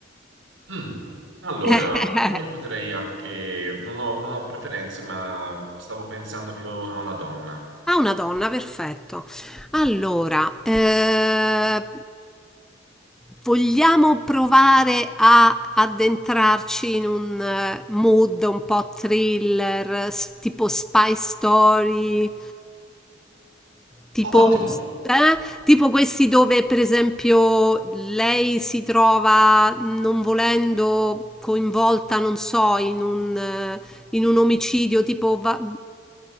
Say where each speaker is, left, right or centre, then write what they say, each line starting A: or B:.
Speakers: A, on the right; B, in the centre.
A: Mm. Allora,
B: <laughs>
A: ma io potrei anche, non ho, non ho preferenze, ma stavo pensando più a una donna.
B: Ah, una donna, perfetto. Allora, eh, vogliamo provare a addentrarci in un eh, mood un po' thriller, s- tipo spy story, tipo,
A: Ottimo!
B: eh, tipo questi dove, per esempio, lei si trova non volendo coinvolta, non so, in un, eh, in un omicidio, tipo va-